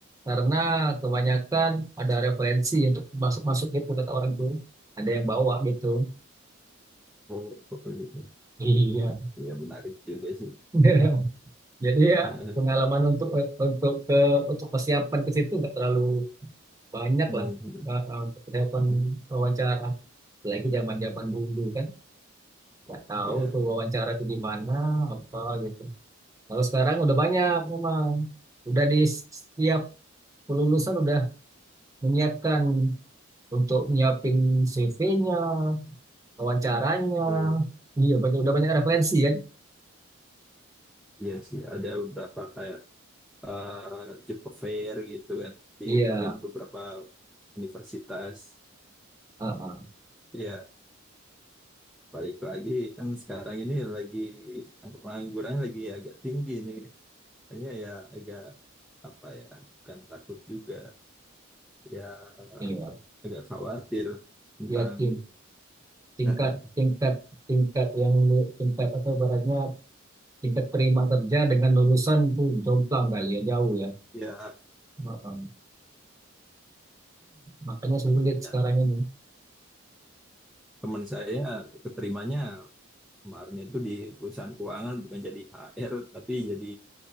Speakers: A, on the right; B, in the centre.
A: Karena kebanyakan ada referensi untuk masuk-masuk gitu kata orang tuh. Ada yang bawa gitu.
B: oh, betul gitu.
A: Iya.
B: Ya, menarik juga sih.
A: <laughs> Jadi ya
B: <laughs>
A: pengalaman untuk untuk ke untuk persiapan ke situ nggak terlalu banyak
B: Hmm,
A: lah
B: hmm,
A: Wa- eh, persiapan
B: hmm.
A: wawancara apalagi zaman zaman dulu kan nggak tahu
B: Iya.
A: tuh wawancara itu di mana apa gitu kalau sekarang udah banyak memang udah di setiap kelulusan udah menyiapkan untuk nyiapin CV-nya wawancaranya
B: Hmm.
A: iya banyak udah banyak referensi kan
B: Iya sih, ada beberapa kayak eh Jepang Fair gitu kan di
A: iya
B: mungkin beberapa universitas.
A: ah, ah,
B: Iya, balik lagi kan sekarang ini lagi angka penganggurannya lagi agak tinggi nih. Kayaknya ya agak apa ya, bukan takut juga, ya
A: iya
B: agak khawatir tentang
A: iya ting- tingkat
B: <laughs>
A: tingkat tingkat yang lu- tingkat apa ibaratnya tingkat penerimaan kerja dengan lulusan tuh jomplang kali ya jauh ya
B: ya
A: Heeh. Makanya sulit
B: ya,
A: sekarang ini,
B: teman saya keterimanya kemarin itu di perusahaan keuangan bukan jadi HR tapi jadi